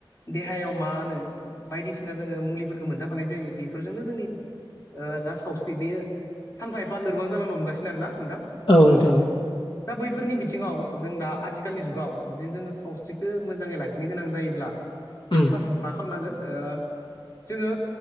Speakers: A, on the left (about 35°); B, on the left (about 65°).
A: देहायाव मा होनो बायदिसिना जोङो मुलिफोरखौ मोनजाफानाय जायो बेफोरजोंनो जोंनि ओ जा सावस्रि बेयो सानफा एफा लोरबां जालांनो हमगासिनो आरो ना नोंथां।
B: औ नोंथां औ।
A: दा बैफोरनि बिथिङाव जों दा आथिखालनि जुगाव जुदिनो जोङो सावस्रि खो मोजाङै लाखिनो गोनां जायोब्ला
B: औ
A: जों फार्स्ट मा खालामनांगोन ओ जोङो